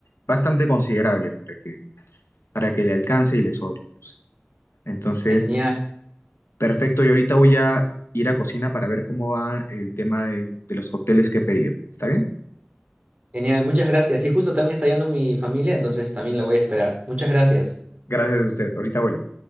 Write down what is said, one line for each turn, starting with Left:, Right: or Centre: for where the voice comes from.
Left: bastante considerable para que para que le alcance y le sobre incluso. Entonces,
Right: Genial,
Left: perfecto, yo ahorita voy a ir a cocina para ver cómo va el tema de, de los cócteles que he pedido. ¿Está bien?
Right: genial, muchas gracias. Y justo también está yendo mi familia, entonces también la voy a esperar. Muchas gracias.
Left: Gracias a usted, ahorita vuelvo.